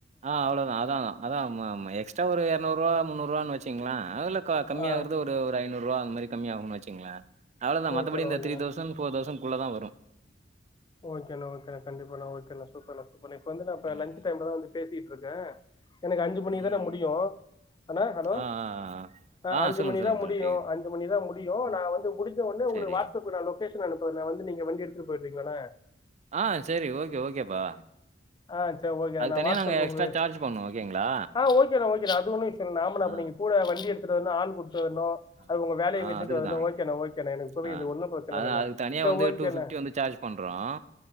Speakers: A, on the right; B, on the left.
A: ஆ அவ்ளோ தான் அதான் அதான் ம ம எக்ஸ் ட்ரா ஒரு இரநூறுவா முன்னூறுவான்னு வச்சுங்கள அதுல க கம்மிய
B: ஆ
A: ஆகுறது ஒரு ஐநூறு ரூவா அந்த மாரி கம்மி ஆகும்னு வச்சுங்களன் அவ்ளோதான்
B: ஓகேண்ணா
A: மத்தப்படி இந்த
B: ஓகேண்ணா
A: த்ரீ தௌசண்ட் ஃபோர் தௌசண்ட் குள்ள தான் வரும்
B: ஓகேனா ஓகேனா கண்டிப்பானா ஓகேனா சூப்பர்னா <unintelligible> வந்து நம்ம
A: ம்.
B: லன்ச் டைம்லதான் வந்து பேசிட்டு இருக் கேன் எனக்கு அஞ்சு மணிக்கு
A: ம்.
B: தான முடியு அண்ண ஹலோ
A: ஆ, ஆ,
B: அ
A: ஆ. ஆ
B: அஞ்சு
A: சொல்லுங்க,
B: மணி
A: சொல்லுங்க,
B: தான்
A: சொல்லுங்க
B: முடியு
A: கேக்குது.
B: அஞ்சு மணி தான் முடியு
A: ஆ.
B: நான் வந்து முடிஞ்ச உடனே உங்களுக்கு
A: சரி.
B: வாட்ஸ்அப் ல லொகேஷன் அனுப் கொஞ்ச வந்து நீங்க வண்டி எடுத்து போயிட்ரீங்களான்ன
A: ஆ செரி ஓகே ஓகேப்பா
B: ஆ செரி ஓகேனா
A: அதுக்கு
B: நா
A: தனியா
B: வாட்ஸ்அப்
A: நாங்க
B: ஒங்களு
A: எக்ஸ்ட்ரா சார்ஜ் பண்ணுவோம். ஓகேங்களா?
B: ஆஹ் ஓகேனா ஓகேனா அது ஒண்ணும் விஷயம் இல்ல நாம அப்பங்க
A: ஆ.
B: கூட வண்டி எடுத்துட்டு வந்து ஆள் பு <unintelligible>
A: ஆ.
B: அது உங்க வேலையை
A: ஆ
B: விட்டுட்டு
A: அதுக்கு
B: வரனும்
A: தான்.
B: ஓகேன ஓகேன எனக்கு புரியுது
A: ஆ.
B: ஒன்னும் பிரச்சனை
A: அதான்
B: இல்லன்ன
A: அதுக்கு தனியா
B: சரி
A: வந்து
B: ஓகேன
A: வந்து சார்ஜ் பண்றோம்.